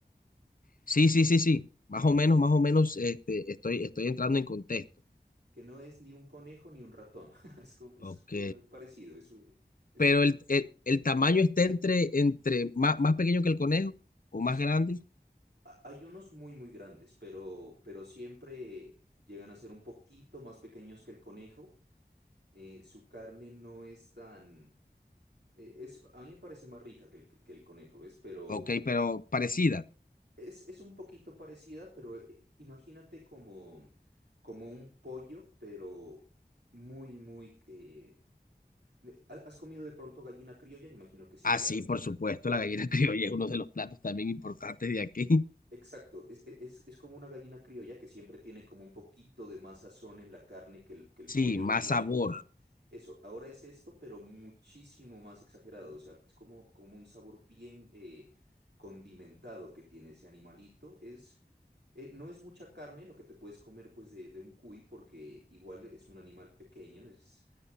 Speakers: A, on the left; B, on the right.
A: sí, sí, sí, sí. Más o menos, más o menos, este, estoy, estoy entrando en contexto.
B: Que no es ni un conejo ni un ratón. <laughs> Es, como- es,
A: Ok.
B: eh, parecido. Es, un- es
A: pero
B: un,
A: el, el, el tamaño está entre, entre más, más pequeño que el conejo o más
B: es
A: grande.
B: a- Hay unos muy, muy grandes, pero, pero siempre llegan a ser un poquito más pequeños que el conejo. Eh, su carne no es tan... eh, es, a mí me parece más rica que el, que el conejo, ¿ves? Pero
A: Ok, pero parecida.
B: es, es un poquito parecida, pero eh, imagínate como, como un pollo, pero muy, muy... eh, ¿has has comido de pronto gallina criolla? Imagino que sí,
A: Ah,
B: claro,
A: sí, por supuesto,
B: claro.
A: la gallina <laughs> criolla es uno de los platos también importantes de aquí.
B: Exacto, es, e, es- es como una gallina criolla que siempre tiene como un poquito de más sazón en la carne que el, que el
A: Sí,
B: pollo
A: más
B: blanco,
A: sabor.
B: ¿no? Eso, ahora es esto, pero muchísimo más exagerado, o sea, es como, como un sabor bien eh, condimentado que tiene ese animalito. Es, eh, no es mucha carne lo que te puedes comer pues de, de un cuy, porque igual es un animal pequeño, es